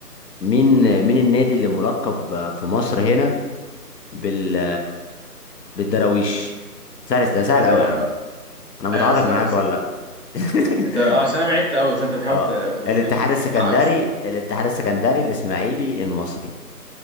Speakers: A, on the left; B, on the right.
A: مين مين النادي اللي ملقب في مصر هنا بال بالدراويش سهل ده سهل
B: آه
A: قوي يا عم انا متعاطف
B: آه سهل
A: معاك
B: سهل.
A: والله <laughs>
B: انت اه عشان انا بعدت قوي فانت بتحاول
A: اه
B: ت- تردني
A: الاتحاد السكندري
B: حقك الصراحه
A: الاتحاد السكندري الاسماعيلي المصري